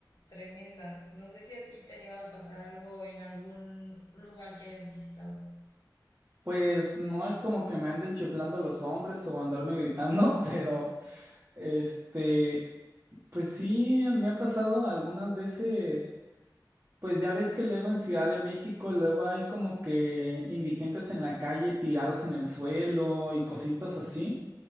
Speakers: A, on the left (about 55°); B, on the right (about 30°).
A: tremendas. No sé si a ti te ha llegado a pasar algo en algún lugar que hayas visitado.
B: Pues no es como que me anden chiflando los hombres o andarme gritando, <laughs> pero este, pues sí, me ha pasado algunas veces. Pues ya ves que luego en Ciudad de México, luego hay como que indigentes en la calle tirados en el suelo y cositas así.